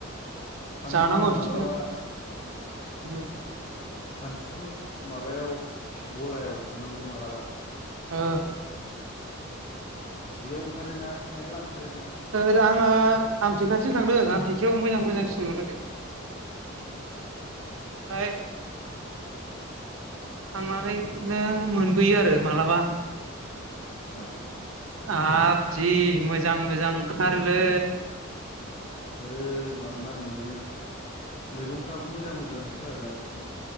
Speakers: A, on the left; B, on the right.
A: थांनांग्रम
B: जानांगौ बिदिखौनो
A: मालाबा उम बे
B: उम
A: सानथिफुर माबायाव गलायाव थांनांगौ मालाबा।
B: ओ ओ।
A: बेयाव ओंखारोना मेरला ओंखारो ना।
B: दा आङो आमथेखासिम थांदों आमथेखायाव मोजां मोजां सिन मोनो बे
A: उम।
B: <unintelligible> थांनानैनो मोनबोयो आरो मालाबा।
A: औ।
B: आब जि मोजां मोजां ओंखारोलै।
A: ओंखारो मा मा होनोमोनलाय मैगंफ्राबो मोजां मोजां ओंखारथारोना बिथिं।